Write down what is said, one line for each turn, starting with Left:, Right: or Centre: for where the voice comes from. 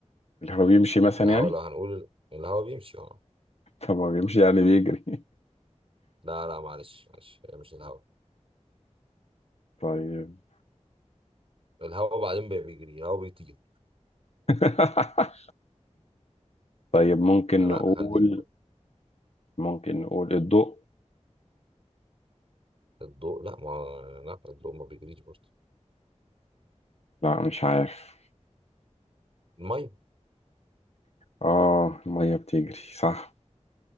Left: الهواء بيمشي مثلا
Right: الهوا
Left: يعني
Right: لو هنقول الهوا بيمشي اه
Left: طب ما بيمشي يعني بيجري
Right: لا لا معلش معلش هي مش الهوا
Left: <laughs> طيب
Right: الهوا بعدين بي- بيجري الهوا بيطير
Left: <laughs> طيب ممكن
Right: لا لا
Left: نقول
Right: خليك بقى
Left: ممكن نقول الضوء
Right: الضوء لا ما لا الضوء ما بيجريش برضه
Left: لا مش عارف
Right: الميه
Left: اه المية بتجري صح